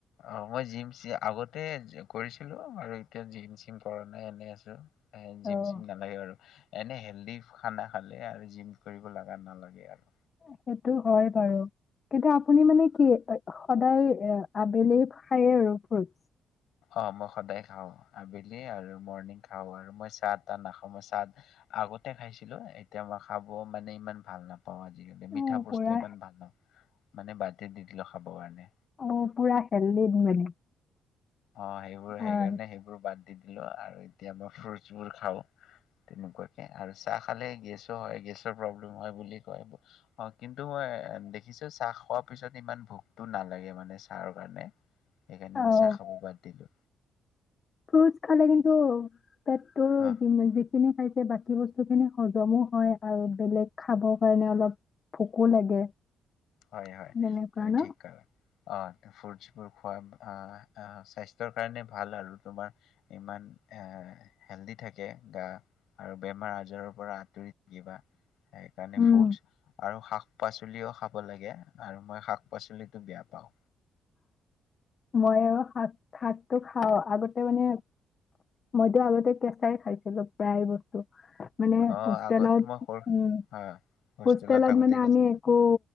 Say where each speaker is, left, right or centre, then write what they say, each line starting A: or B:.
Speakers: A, on the left; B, on the left.
A: আহ মই যিম আগত ত কৰিছিলো আৰু এতিয়া জিম চিম কৰা নাই এনেই আছো এ জিম
B: অ',
A: চিম নালাগে আৰু এনে হেল্ডি খানা খালে আৰু জিম কৰিব লগা নালাগে আৰু
B: সেইটো হয় বাৰু কিন্তু আপুনি মানে কি সদায় আবেলি খায় আৰু ফ্ৰুদ
A: অ মই সদায় খাওঁ আবেলি আৰু মৰ্ণিং খাওঁ আৰু মই চাহ তাহ নাখাওঁ মই চাহ আগতে খাইছিলো এতিয়া মই খাব মানে ইমান ভাল নাপাওঁ পাওঁ আজিকালি
B: অ',
A: মিঠা বস্তু
B: পুৰা
A: ইমান ভাল নাপাওঁ মানে বাটতে দি কিবা খাব কাৰণে
B: অ', পুৰা খেললি মানে
A: অঁ সেইবোৰ
B: ভাল।
A: সেইকাৰণে সেইবোৰ বাদ দি দিলো আৰু কেতিয়া মই ফ্ৰুটছবোৰ খাওঁ তেনেকুৱাকে আৰু চাহ খালে গেছো হয় গেছৰ প্ৰব্লেম হয় বুলি কয় অঁ কিন্তু মই দেখিছো চাহ খোৱাৰ পিছত ইমান ভোকতো নালাগে মানে চাহৰ কাৰণে সেইকাৰণে
B: অ',
A: মানে চেনী বাদ দিলো
B: ফ্ৰুটছ খালে কিন্তু পেটৰ
A: অ',
B: যিখিনি খাই বাকী বস্তু খিনি হজমো হয় আৰু বেলেগ খাবৰ কাৰণে অলপ ভোকো লাগে
A: হয় হয়
B: তেনেকুৱা
A: তুমি
B: ন'?
A: ঠিক কলা অঁ ফ্ৰুটছবোৰ খোৱা আহ স্বাস্থ্যৰ কাৰণে ভাল আৰু তোমাৰ ইমান এ হেলডি থাকে গা আৰু বেমাৰ আজাৰৰ পৰা আঁতৰি থাকিবা সেইকাৰণে
B: উম।
A: ফ্ৰুট আৰু শাক পাচলিও খাব লাগে আৰু মই শাক পাচলিতটো বেয়া পাওঁ
B: মই আৰু শাক খাক তো খাও আগতে মানে মইতো আগতে কেঁচাই খাইছিলো প্ৰায় বস্তু মানে
A: অ
B: হোষ্টেলত
A: আগত মই সৰু
B: উম
A: হয়
B: হোষ্টেলত
A: থাকোতে
B: মানে আমি একো